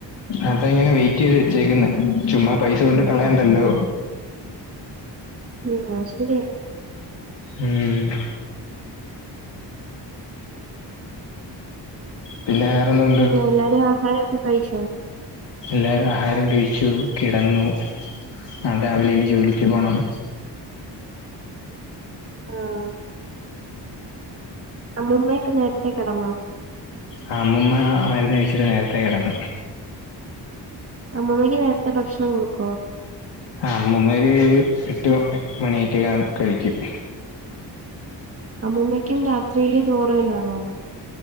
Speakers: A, on the left; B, on the right.
A: അതയിങ്ങനെ വെയിറ്റ് ചെയ്ത് വെച്ചേക്കുന്ന ചുമ്മാ പൈസ കൊണ്ട് കളയണ്ടല്ലോ
B: ഉം അയ് ശരിയാ
A: ഉം പിന്നെ വേറെന്തോ
B: പിന്നെ എല്ലാരും ആഹാരൊക്കെ കഴിച്ചോ
A: എല്ലാരും ആഹാരം കഴിച്ചു കിടന്നു നാളെ രാവിലെ ഇനി ജോലിക്ക് പോണം
B: ആഹ് അമ്മുമ്മയൊക്കെ നേരത്തെ കെടന്നോ
A: ആഹ് അമ്മൂമ്മ മരുന്ന് കഴിച്ചിട്ട് നേരത്തെ കെടന്നു
B: അമ്മൂമ്മയ്ക്ക് നേരത്തെ ഭക്ഷണം കൊടുക്കോ
A: ആഹ് അമ്മുമ്മ ഒര് എട്ട് ഓക്കേ മണിയൊക്കകവുമ്പോ കഴിക്കും
B: അമ്മൂമ്മയ്ക്കും രാത്രിയില് ചോറ് തന്നാണോ